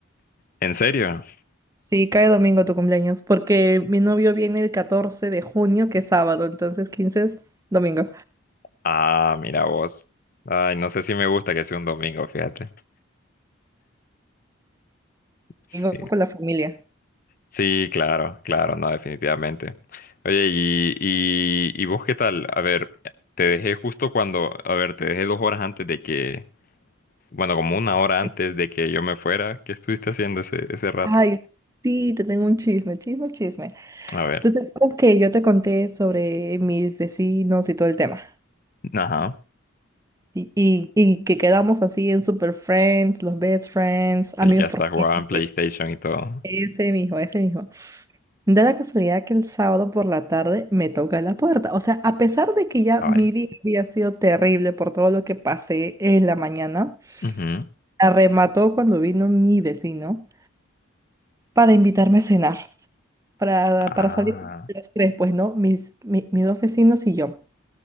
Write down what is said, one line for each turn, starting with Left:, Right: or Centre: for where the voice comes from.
Left: ¿En serio?
Right: Sí, cae domingo tu cumpleaños, porque mi novio viene el 14 de junio, que es sábado, entonces 15 es domingo.
Left: Ah, mira vos. Ay, no sé si me gusta que sea un domingo, fíjate. Sí.
Right: Domingo con la familia.
Left: Sí, claro, claro, no, definitivamente. Oye, y, y, y vos qué tal? A ver, te dejé justo cuando, a ver, te dejé dos horas antes de que, bueno, como una
Right: Sí.
Left: hora antes de que yo me fuera. ¿Qué estuviste haciendo ese, ese rato?
Right: Ay, sí, te tengo un chisme, chisme, chisme.
Left: A ver,
Right: Entonces, creo que yo te conté sobre mis vecinos y todo el tema.
Left: ajá,
Right: Y, y, y que quedamos así en super friends, los best friends, amigos
Left: sí, que hasta
Right: por siempre.
Left: jugaban PlayStation y todo.
Right: Ese mismo, ese mismo. Da la casualidad que el sábado por la tarde me toca la puerta. O sea, a pesar de que ya
Left: Ah,
Right: mi
Left: vaya.
Right: día había sido terrible por todo lo que pasé en la mañana,
Left: Ujú.
Right: arremató cuando vino mi vecino para invitarme a cenar, para,
Left: Ah,
Right: para salir los tres, pues, ¿no? Mis, mi- mis dos vecinos y yo.